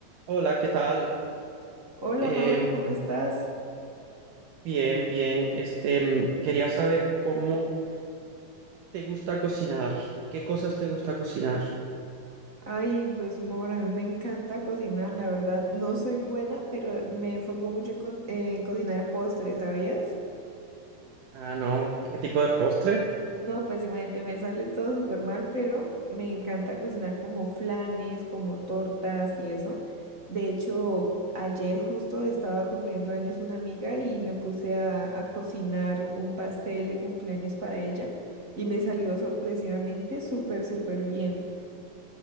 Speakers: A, on the right; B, on the right.
A: Hola, ¿qué tal?
B: Hola
A: Em,
B: Mauro, ¿cómo estás?
A: bien, bien. Este, em, quería saber cómo te gusta cocinar. ¿Qué cosas te gusta cocinar?
B: Ay, pues Mauro, a mí me encanta cocinar, la verdad. No soy buena, pero me enfoco mucho en, con- en cocinar postres, ¿sabías?
A: Ah, no. ¿Qué tipo de postre?
B: No, pues imagínate, me sale todo súper mal, pero me encanta cocinar como flanes, como tortas y eso. De hecho, ayer justo estaba cumpliendo años una amiga y me puse a, a cocinar un pastel de cumpleaños para ella y me salió sorpresivamente súper, súper bien.